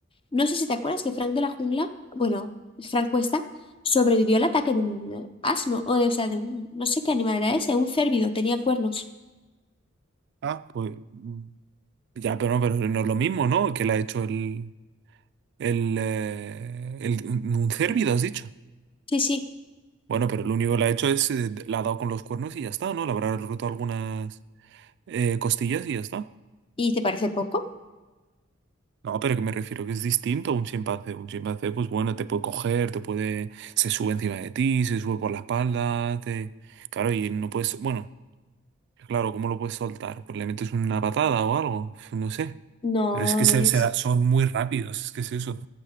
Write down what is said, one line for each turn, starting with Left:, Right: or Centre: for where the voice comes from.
Left: No sé si te acuerdas que Frank de la jungla, bueno, Frank Cuesta, sobrevivió al ataque de un asno, o, de- o sea, de un, no sé qué animal era ese, un cérvido, tenía cuernos.
Right: Ah, Pues mm, ya, pero no, pero no es lo mismo, ¿no? Que le ha hecho el. El, eh, el, un cérvido, has dicho.
Left: Sí, sí.
Right: Bueno, pero lo único que le ha hecho es, eh, la ha dado con los cuernos y ya está, ¿no? Le habrá roto algunas eh, costillas y ya está.
Left: ¿Y te parece poco?
Right: No, pero que me refiero que es distinto a un chimpancé. Un chimpancé, pues bueno, te puede coger, te puede, se sube encima de ti, se sube por la espalda, te... Claro, y no puedes, bueno. Claro, ¿cómo lo puedes soltar? Pues le metes una patada o algo, no sé.
Left: No,
Right: Pero es que se-
Left: ves.
Right: se da- son muy rápidos, es que es eso.